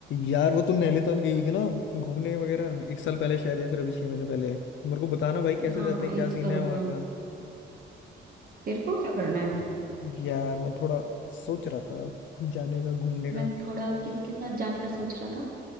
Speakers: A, on the left (about 70°); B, on the right (about 45°).
A: यार वो तो नैनीताल गई हुई थी ना घूमने वगैरह एक साल पहले शायद या फिर अभी छह महीने पहले तो मेरे को बताना भाई कैसे
B: हाँ
A: जाते हैं
B: एक
A: क्या सीन
B: साल
A: है
B: हो
A: वहाँ
B: गया
A: का
B: तेरे को क्या करना है
A: यार मैं थोड़ा सोच रहा था जाने का घूमने
B: मैं
A: का
B: थोड़ा किसके साथ जाने का सोच रहा था